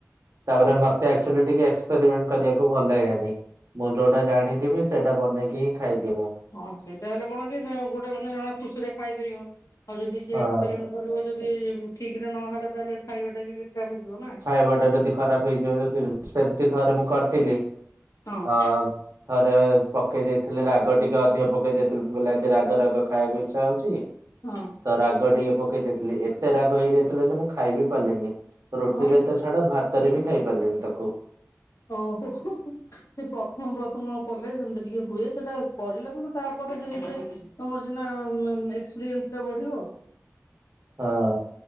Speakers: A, on the right; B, on the left.
A: ତାପରେ ମତେ ଆକଚୁଲି ଟିକେ ଏକ୍ସପେରିମେଣ୍ଟ କରିବାକୁ ଭଲ ଲାଗେନି। ମୁଁ ଯୋଉଟା ଜାଣିଥିବି ସେଇଟା ବନେଇକି ହିଁ ଖାଇଦିଏ ମୁଁ।
B: ହଁ ସେଇଟା ହେଲେ କଣ କି ଗୋଟେ ମାନେ ଜଣେ ଖୁସିରେ ଖାଇପାରିବ। ଆଉ ଯଦି ଯିଏ
A: ହଁ।
B: ଏକ୍ସପେରିମେଣ୍ଟ କରିବ ଯଦି ଯଦି ଠିକ ରେ ନହେଲା ତାହେଲେ ଖାଇବା ଟା ବି ବେକାର ହେଇଯିବ ନା।
A: ଖାଇବା ଟା ଯଦି ଖରାପ ହେଇଯିବ ଯଦି ସେମତି ଥରେ ମୁଁ କରିଥିଲି।
B: ହଁ।
A: ଅ ଥରେ ପକେଇ ଦେଇଥିଲି ରାଗ ଟିକେ ଅଧିକ ପକେଇ ଦେଇଥିଲି। ଭଲ ଟିକେ ରାଗ ରାଗ ଖାଇବାକୁ ଇଚ୍ଛା ହଉଛି।
B: ହଁ।
A: ତ ରାଗ ଟିକେ ପକେଇ ଦେଇଥିଲି। ଏତେ ରାଗ ହେଇଯାଇଥିଲା ଯେ ମୁଁ ଖାଇବିି ପାରିଲିନି। ରୁଟିରେ
B: ହଁ ସେ
A: ତ ଛାଡ ଭାତରେ ବି ଖାଇ ପାରିଲିନି ତାକୁ।
B: ଓହୋ ହୋ। ସେ ପ୍ରଥମ ପ୍ରଥମ କଲେ ସେମତି ଟିକେ ହୁଏ। ସେଟା କରିଲେ କଣ ତାପରେ ଧୀରେ ଧୀରେ ତମର ସିନା ଏକ୍ସପିରିଏନ୍ସ ଟା ବଢିବ।
A: ହଁ